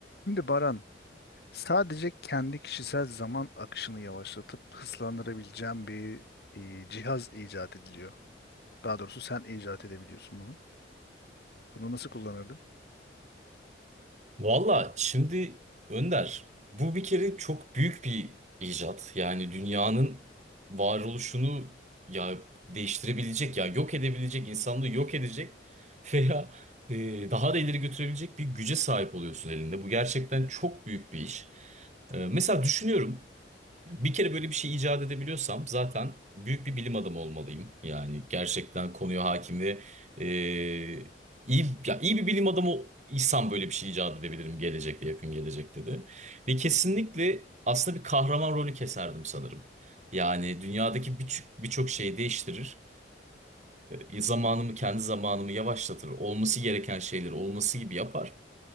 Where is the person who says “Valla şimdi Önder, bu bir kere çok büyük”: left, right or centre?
Right